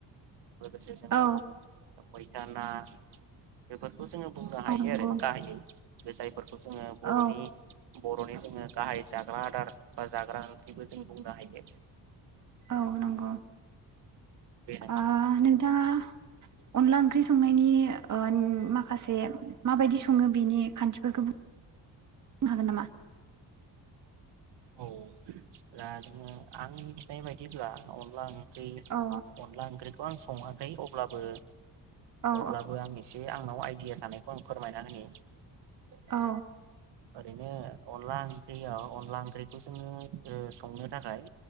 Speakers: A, on the right; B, on the right.
A: लोगोसे जोङो
B: औ
A: मैथा, ना बेफोरखौ जोङो बुंनो हायो
B: औ नंगौ
A: आरो गाहायै। बे जायफोरखौ जोङो बर'नि
B: औ
A: बर'नि जोङो गाहाय जाग्रा आदार बा जाग्रा ओंख्रिबो जों बुंनो हायो।
B: औ नंगौ।
A: बेनो
B: ओ
A: नोंथां
B: नोंथाङा अनला ओंख्रि संनायनि ओ माखासे माबायदि सङो बेनि खान्थिफोरखौ बुंनो हागोन नामा?
A: औ दा जोङो आं मिथिनाय बायदिब्ला अनला <unintelligible>
B: औ
A: अनला ओंख्रि आं सङाखै अब्लाबो
B: औ
A: अब्लाबो आं एसे आंनाव आइ <unintelligible> आं फोरमायना होनि।
B: औ।
A: ओरैनो अनला ओंख्रियाव अनला ओंख्रिखौ जोङो ओ संनो थाखाय